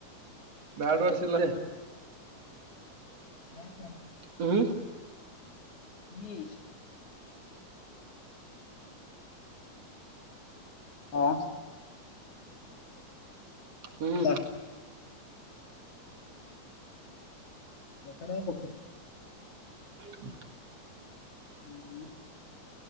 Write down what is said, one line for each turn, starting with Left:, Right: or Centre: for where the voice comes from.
Right: ಬ್ಯಾಡ್ ವರ್ಸ ಇಲಾರಿ
Left: <unintelligible>
Right: ಹ್ಮ್
Left: ಹ್ಮ್ ಹೇ
Right: ಹ್ಮ್
Left: ಬಾ ಮಕಣ ಬಕ್ಕು
Right: ಹ
Left: ಹ್ಮ